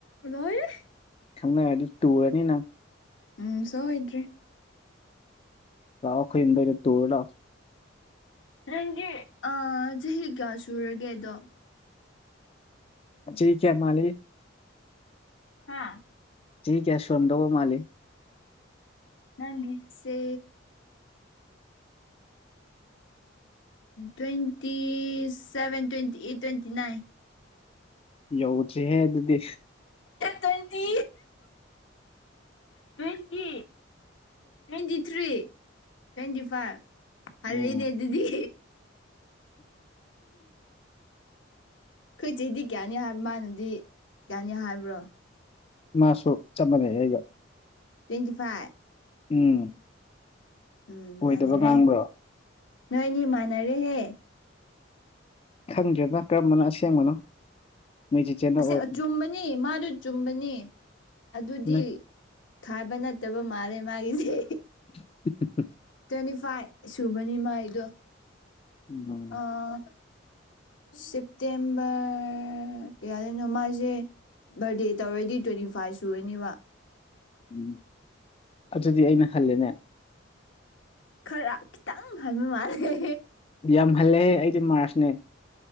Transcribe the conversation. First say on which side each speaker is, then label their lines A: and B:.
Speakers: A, on the left; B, on the left.
A: ꯂꯣꯏꯔꯦ
B: ꯈꯪꯅꯔꯗꯤ ꯇꯨꯔꯅꯤ ꯅꯪ
A: ꯎꯝ ꯁꯣꯏꯗ꯭ꯔꯦ
B: ꯂꯥꯎ ꯑꯩꯈꯣꯏ ꯌꯨꯝꯗ ꯇꯨꯔꯂꯥꯛꯑꯣ
A: ꯅꯪꯒꯤ ꯑ ꯆꯍꯤ ꯀꯌꯥ ꯁꯨꯔꯒꯦꯗꯣ
B: ꯆꯥꯍꯤ ꯀꯌꯥ ꯃꯥꯂꯤ
A: ꯍꯥꯥ
B: ꯆꯍꯤ ꯀꯌꯥ ꯁ꯭ꯨꯔꯝꯗꯧꯕ ꯃꯥꯂꯤ
A: ꯅꯪꯁꯦ twenty seven twenty eight twenty nine
B: ꯌꯧꯗ꯭ꯔꯤꯍꯦ ꯑꯗꯨꯗꯤ
A: twenty twenty twenty three twenty five ꯍꯜꯂꯤꯅꯦ
B: ꯎꯝ
A: ꯑꯗꯨꯗꯤ ꯑꯩꯈꯣꯏꯆꯦꯗꯤ ꯀꯌꯥꯅꯤ ꯍꯥꯏꯕ ꯃꯥꯅꯗꯤ ꯀꯌꯥꯅꯤ ꯍꯥꯏꯕ꯭ꯔꯣ
B: ꯃꯥꯁꯨ ꯆꯞ ꯃꯥꯟꯅꯩ ꯑꯩꯒ
A: ꯇ꯭ꯋꯦꯟꯇꯤ ꯐꯥꯏꯚ
B: ꯎꯝ
A: ꯎꯝ
B: ꯑꯣꯏꯗꯕ
A: ꯃꯥꯟꯅꯔꯦ
B: ꯉꯥꯡꯕ꯭ꯔꯣ
A: ꯅꯣꯏꯅꯤ ꯃꯥꯟꯅꯔꯦꯍꯦ
B: ꯈꯪꯗ꯭ꯔꯦꯗꯅ ꯀꯔꯝꯕꯅ ꯑꯁꯦꯡꯕꯅꯣ ꯅꯣꯏ ꯆꯤꯆꯦꯅ
A: ꯑꯁꯦ
B: ꯑꯣꯏ
A: ꯑꯆꯨꯝꯕꯅꯤ ꯃꯥꯗꯨ ꯆꯨꯝꯕꯅꯤ ꯑꯗꯨꯗꯤ
B: ꯅꯣꯏ
A: ꯈꯥꯕ ꯅꯠꯇꯕ ꯃꯥꯜꯂꯦ ꯃꯥꯒꯤꯁꯦ
B: <unintelligible>
A: ꯇ꯭ꯋꯦꯟꯇꯤ ꯐꯥꯏꯚ ꯁꯨꯕꯅꯤ ꯃꯥ ꯑꯩꯗꯣ
B: ꯎꯝ
A: ꯑꯥ ꯁꯦꯞꯇꯦꯝꯕꯔ ꯀꯌꯥꯗꯅꯣ ꯃꯥꯏꯁꯦ ꯕꯔꯗꯦ ꯇꯧꯔꯗꯤ ꯇ꯭ꯋꯦꯟꯇꯤ ꯐꯥꯏꯚ ꯁꯨꯔꯅꯦꯕ
B: ꯎꯝ ꯑꯗꯨꯗꯤ ꯑꯩꯅ ꯍꯜꯂꯦꯅꯦ
A: ꯈꯔ ꯈꯤꯇꯪ ꯍꯟꯕ ꯃꯥꯜꯂꯦ
B: ꯌꯥꯝ ꯍꯜꯂꯦꯍꯦ ꯑꯩꯗꯤ ꯃꯥꯔꯁꯅꯦ